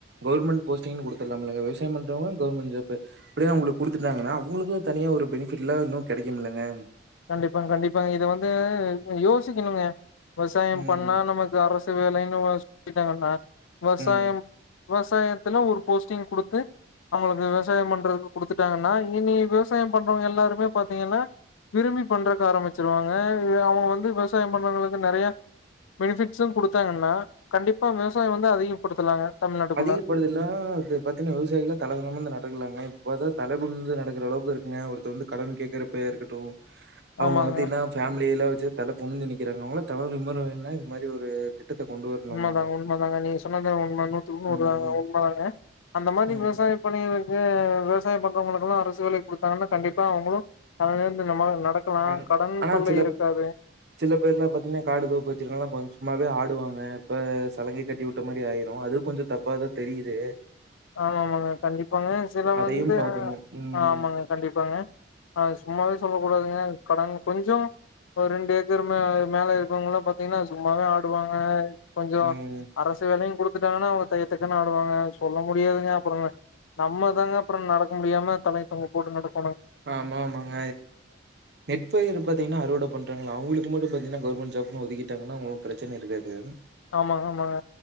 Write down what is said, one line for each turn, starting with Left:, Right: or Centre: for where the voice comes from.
Right: கவர்மெண்ட் போஸ்டிங்கன்னு குடுத்துல்லாமில்லீங்க விவசாயம் பண்றவங்க கவர்மெண்ட் ஜாப் அப்பிடி அவுங்களுக்கு குடுத்துறாங்கனா அவுங்களுக்கு தனியா ஒரு பெனிஃபிட்ல்லாம் இன்னும் கெடைக்கும் இல்லங்க
Left: கண்டிப்பா கண்டிப்பாங்க இத வந்து யோசிக்கணுங்க விவசாயம்
Right: ம்,
Left: பண்ணா நமக்கு அரசு வேலைன்னு வா இருக்காங்கனா வசாயம்
Right: ம்.
Left: விவசாயத்துல ஒரு போஸ்ட்டிங் குடுத்து அவுங்களுக்கு விவசாயம் பண்றதுக்கு குடுத்துட்டாங்கன்னா இனி மேல் விவசாயம் பண்றவங்க எல்லாருமே பாத்தீங்கன்னா விரும்பி பண்றதுக்காக தா மச்சா வாங்கன அவுங்க வந்து விவசாயம் பண்றவங்களுக்கு நறைய பெனிபிட்ஸும் குடுத்தாங்கன்னா கண்டிப்பா விவசாயம் வந்து அதிகப்படுத்தலாங்க தமிழ்நாட்டுக்குள்ள
Right: அதிகப்படுதுலாம் அது பத்தின விவசாயிகளாம் தலவரமா நடக்கலாங்க இப்ப பாத்தா தலகுனிஞ்சு நடக்குற அளவுக்கு இருக்குங்க ஒருத்த வந்து கடன் கேட்கறப்ப இருக்கட்டும் அவங்க
Left: ஆமாங்க
Right: பாத்திங்கன்ன ஃபேமிலியில்ல தல குனிந்து நிக்கிறாங்க அவங்கள தல நிமிரணும்னா இது மாதிரி ஒரு திட்டத்த கொண்டு வரணுமாங்க.
Left: உண்ம தாங்க உண்ம தாங்க நீங்க சொன்னத உண்மனு <unintelligible>
Right: ம்,
Left: தாங்க உண்மதாங்க அந்த மாதிரி
Right: ம்.
Left: விவசாயம் பண்ணி விவசாய பக்கறவங்களுக்குல்லாம் அரசு வேல கொடுத்தாங்கன்னா கண்டிப்பா அவங்களும் அதலந்து நம்ம நடக்கலா
Right: அது
Left: கடன்
Right: ஆனா
Left: தொல்லை
Right: சில
Left: இருக்காது
Right: சில பேர்ல பாத்தீங்கன்னா காடு தோப்பு வெச்சிருக்காவங்லா பதில் சொ சும்மாவே ஆடுவாங்க இப்ப சலங்கை கட்டிவிட்ட மாதிரி ஆயிறும் அதுவும் கொஞ்சம் தப்பா தான் தெரிது
Left: ஆமாமாங்க கண்டிப்பாங்க சில
Right: அதையும்
Left: வந்து
Right: பாக்கணும். ம்.
Left: ஆமாங்க கண்டிப்பாங்க அ சும்மாவே சொல்ல கூடாதுங்க கடன் கொஞ்சம் ஒரு ரெண்டு ஏக்கர் மே மேல இருக்கவங்கல்லாம் பாத்தீங்கன்னா சும்மாவே ஆடுவாங்க கொஞ்சம்
Right: ம்.
Left: அரசு வேலையும் குடுத்து அவங்க தையத்தக்கன்னு ஆடுவாங்க சொல்ல முடியாதுங்க அப்புறங் நம்ம தாங்க அப்புறம் நடக்க முடியாம தலய தொங்க போட்டு நடக்க
Right: ஆமா ஆமாங்க நெட்பயர் பாத்தீங்கன்னா அறுவட பண்றாங்களா அவங்களுக்கு மட்டும் பாத்தீங்கன்னா கவர்மெண்ட் ஜப்னு ஒதுக்கிட்டாங்கன்னா அவங்களுக்கு பிரச்சன இருக்காது
Left: ஆமா ஆமாங்க